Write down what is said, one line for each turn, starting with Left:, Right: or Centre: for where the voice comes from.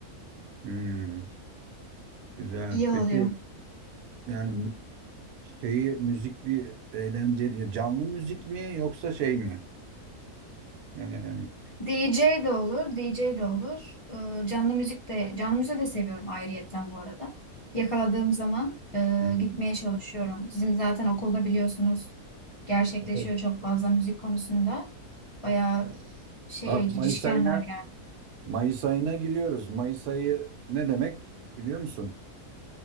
Right: Hmm. Güzel.
Left: İyi
Right: Peki
Left: oluyor.
Right: Yani şeyi müzikli eğlenceli canlı müzik mi yoksa şey mi? Ee, Yani,
Left: D J de olur, D J de olur. Ee, canlı müzik de, canlı müziği de seviyorum ayrıyetten bu arada. Yakaladığım zaman e,
Right: hmm,
Left: gitmeye çalışıyorum. Bizim zaten okulda biliyorsunuz gerçekleşiyor
Right: evet.
Left: çok fazla müzik konusunda. Bayağı şeye
Right: Bak
Left: girişkenler
Right: Mayıs ayına
Left: yani
Right: Mayıs ayına giriyoruz. Mayıs ayı ne demek biliyor musun?